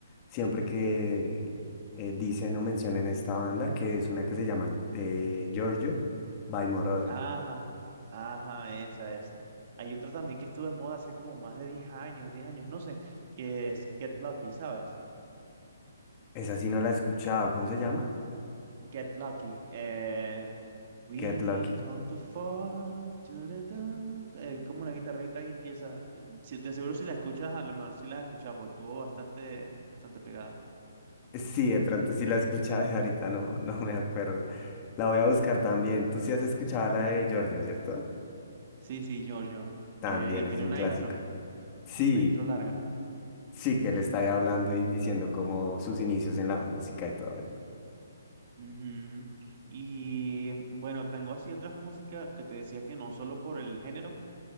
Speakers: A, on the left; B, on the right.
A: siempre que eh, dicen o mencionan esta banda, que es una que se llama eh, Giorgio by Moroder.
B: ajá, ajá, esa, esa. Hay otro también que estuvo en moda hace como más de 10 años, 10 años, no sé, que es Get Lucky, ¿sabes?
A: Esa sí no la he escuchado, ¿cómo se llama?
B: Get Lucky. eh, We
A: Get Lucky.
B: come to fall. tu, tu, tu, tu. como una guitarrita ahí empieza. eh, si- De seguro si la escuchas, a lo mejor si la has escuchado, pues estuvo bastante, bastante pegada.
A: Sí, de pronto sí la he escuchado y ahorita no, <laughs> no me acuerdo. La voy a buscar también. Tú sí has escuchado la de Giorgio, ¿cierto?
B: Sí, sí, Giorgio.
A: También
B: Eh, y tiene
A: es un
B: una
A: clásico.
B: intro,
A: Sí.
B: una intro larga.
A: Sí, que él está ahí hablando y diciendo como sus inicios en la música y todo eso.
B: Ujú. Y bueno, tengo así otras músicas que te decía que no solo por el género,